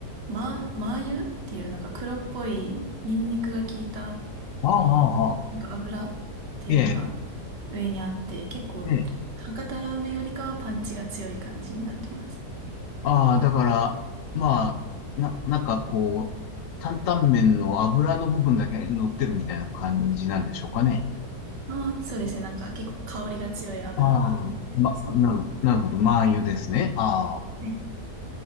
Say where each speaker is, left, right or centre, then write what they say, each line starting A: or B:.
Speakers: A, on the right (about 75°); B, on the left (about 70°).
A: ま、マー油っていうなんか黒っぽいニンニクが効いた
B: ああ、ああ、ああ
A: なんか油っていうのが
B: ええ、
A: 上にあって、結構博多ラーメンよりかはパンチが強い感じになってます。
B: ええ。ああ、だから、まあ、な、なんかこう、担々麺の油の部分だけ乗ってるみたいな感じなんでしょうかね。
A: ああ、そうですね。なんか結構香りが強い油が乗ってますね。
B: ああ、ま、なる、なるほど。麻油ですね。あ
A: うん